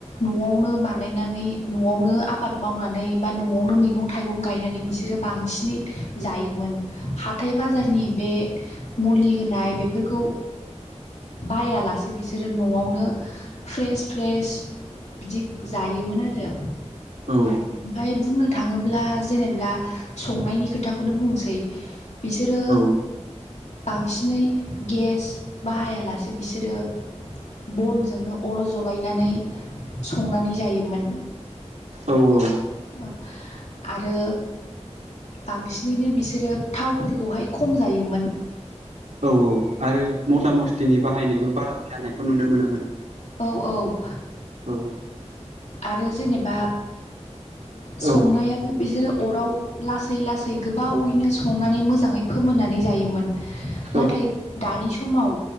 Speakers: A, on the left (about 70°); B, on the right (about 80°).
A: न'आवनो बानायनानै न'आवनो आबाद मावनानै नै बा न'आवनो मैगं-थाइगं गायनानै बिसोरो बांसिनै जायोमोन हाथाय बाजार नि बे मुलि होनाय बेफोरखौ बायालासे बिसोरो न'आवनो फ्रेस फ्रेस बिदि जायोमोन आरो।
B: औ
A: ओमाय बुंनो थाङोब्ला जेनेबा संनायनि खोथाखौनो बुंसै बिसोरो
B: औ
A: बांसिनै गेस बाहायालासे बिसोरो। बनजोंनो अर जलायनानै संनानै जायोमोन।
B: औ औ।
A: ओ आरो बांसिनैनो बिसोरो थावफोरखौहाय खम जायोमोन।
B: औ औ आरो मस्ला मस्लिनि बाहायनायबो बारा जानायखौ नुनो मोना।
A: औ औ।
B: औ
A: आरो जेनेबा संनायाव।
B: औ
A: बिसोरो अराव लासै लासै गोबावैनो संनानै मोजाङै फोमोननानै जायोमोन। नाथाय
B: औ
A: दानि समाव